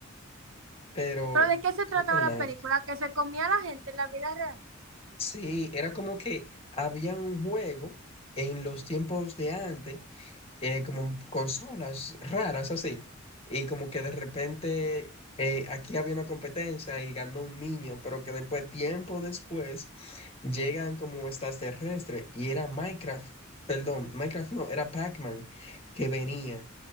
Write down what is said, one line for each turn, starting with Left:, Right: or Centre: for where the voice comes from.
Left: pero
Right: Pero ¿de qué se
Left: super
Right: trataba la
Left: nice.
Right: película? Que se comía a la gente en la vida real.
Left: Sí, era como que había un juego en los tiempos de antes, eh, como consolas raras así, y como que de repente eh, aquí había una competencia y ganó un niño, pero que después, tiempo después, llegan como extraterrestres y era Minecraft, perdón, Minecraft no, era Pac-Man que venía